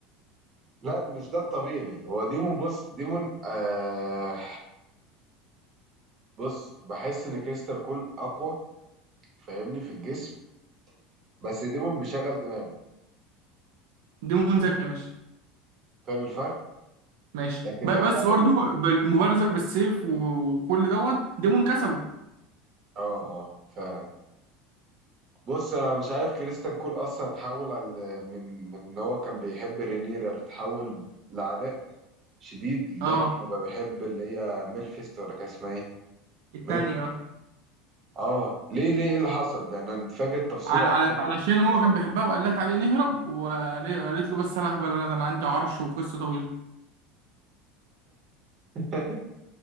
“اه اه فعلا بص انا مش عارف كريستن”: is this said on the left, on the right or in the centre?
Right